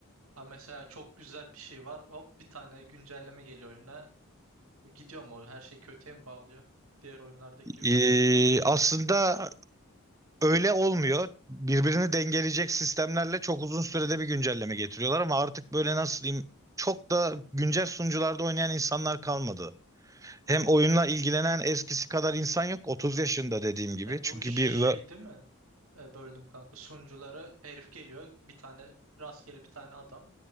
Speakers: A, on the right (about 80°); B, on the right (about 15°).
A: Ha mesela çok güzel bir şey var. Hop bir tane güncelleme geliyor oyuna. Gidiyor mu? Her şey kötüye mi bağlıyor? Diğer oyunlardaki gibi.
B: Ee, aslında öyle olmuyor. Birbirini dengeleyecek sistemlerle çok uzun sürede bir güncelleme getiriyorlar ama artık böyle nasıl diyeyim çok da güncel sunucularda oynayan insanlar kalmadı. Hem oyunla
A: Şş.
B: ilgilenen eskisi kadar insan yok. 30 yaşında dediğim gibi.
A: E,
B: Çünkü
A: bu şey
B: bir ve-
A: değil mi? E, böldüm kanka. Sunucuları herif geliyor. Bir tane rastgele bir tane adam